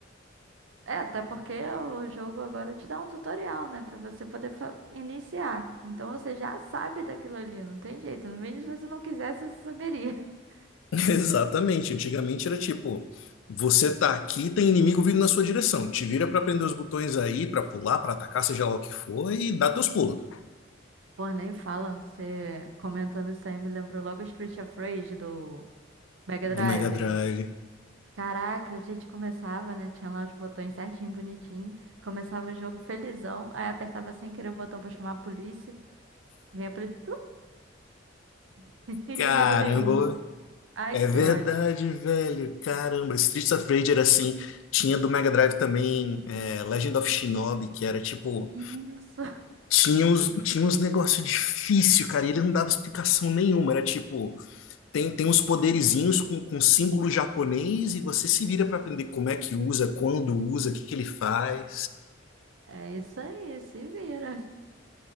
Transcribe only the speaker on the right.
É, até porque o jogo agora te dá um tutorial, né? Pra você poder fa- iniciar. Então você já sabe daquilo ali, não tem jeito. Mesmo se você não quisesse, você saberia. <laughs>
Pô, nem falam. Você comentando isso aí me lembrou logo Street of Rage do Mega
Drive.
Caraca, a gente começava, né? Tinha lá os botões certinho, bonitinho. Começava o jogo felizão. Aí apertava sem querer o botão pra chamar a polícia. Vinha a polícia. <laughs>
Inimigo nenhum. Ai,
que
ódio.
Isso.
É isso aí, se vira.